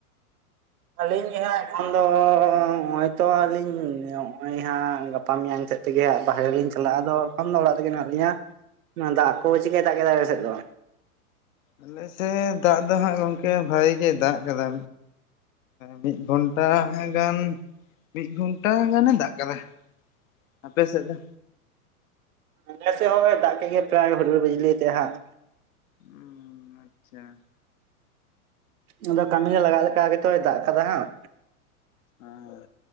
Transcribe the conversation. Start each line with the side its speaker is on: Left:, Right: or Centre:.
Right: ᱟᱹᱞᱤᱧ ᱜᱮ ᱦᱟᱸᱜ ᱮᱠᱷᱚᱱ ᱫᱚ ᱦᱚᱭ ᱛᱚ ᱟᱹᱞᱤᱧ ᱱᱚᱜᱼᱚᱭ ᱦᱟᱸᱜ ᱜᱟᱯᱟ ᱜᱟᱯᱟ ᱢᱮᱭᱟᱝ ᱥᱮᱫ ᱛᱮ ᱜᱮ ᱦᱟᱸᱜ ᱵᱟᱨᱦᱮ ᱞᱤᱧ ᱪᱟᱞᱟᱜᱼᱟᱫᱚ ᱮᱠᱷᱚᱱ ᱫᱚ ᱚᱲᱟᱜ ᱨᱮᱜᱮ ᱢᱤᱱᱟᱜ ᱞᱤᱧᱟ ᱚᱱᱟ ᱫᱟᱜ ᱠᱚ ᱪᱤᱠᱟᱭ ᱫᱟᱜ ᱠᱮᱫᱟ ᱟᱯᱮ ᱥᱮᱫ ᱫᱚ?
Left: ᱟᱞᱮ ᱥᱮᱫ ᱫᱟᱜ ᱫᱚ ᱦᱟᱸᱜ ᱜᱚᱝᱠᱮ ᱵᱷᱟᱜᱤ ᱜᱮ ᱫᱟᱜ ᱠᱟᱫᱟ ᱢᱤᱫ ᱜᱷᱚᱱᱴᱟ ᱜᱟᱱ ᱢᱤᱫ ᱜᱷᱚᱱᱴᱟ ᱜᱟᱱᱮ ᱫᱟᱜ ᱟᱠᱟᱫᱟ ᱟᱯᱮ ᱥᱮᱫ ᱫᱚ
Right: ᱟᱞᱮᱥᱮᱜ ᱦᱳᱭ ᱫᱟᱜ ᱠᱮᱜ ᱜᱮ ᱯᱨᱟᱭ ᱦᱩᱰᱩᱨ ᱵᱤᱡᱞᱤ ᱛᱮ ᱦᱟᱸᱜ
Left: ᱦᱩᱸ ᱟᱪᱪᱷᱟ
Right: ᱟᱫᱚ ᱠᱟᱹᱢᱤ ᱨᱮ ᱞᱟᱜᱟᱜ ᱞᱮᱠᱟ ᱜᱮᱛᱚᱭ ᱫᱟᱜ ᱠᱟᱫᱟ ᱦᱟᱸᱜ
Left: ᱦᱮᱸ